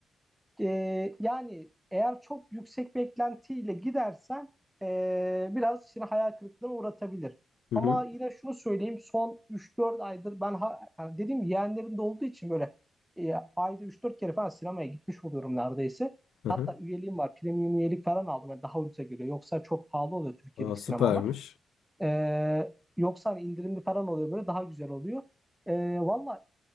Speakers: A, in the centre; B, on the left (about 85°).
A: Ee, yani eğer çok yüksek beklentiyle gidersen ee, biraz seni hayal kırıklığına uğratabilir.
B: Hı
A: Ama
B: hı.
A: yine şunu söyleyeyim son 3-4 aydır ben ha, yani dediğim gibi yeğenlerim de olduğu için böyle e, ayda 3-4 kere falan sinemaya gitmiş oluyorum neredeyse.
B: Hı
A: Hatta
B: hı.
A: üyeliğim var. Premium üyelik falan aldım. Yani daha ucuza geliyor. Yoksa çok pahalı oluyor Türkiye'deki
B: Aa, süpermiş.
A: sinemalar. Ee, yoksa hani indirimli falan oluyor böyle daha güzel oluyor. Ee, Valla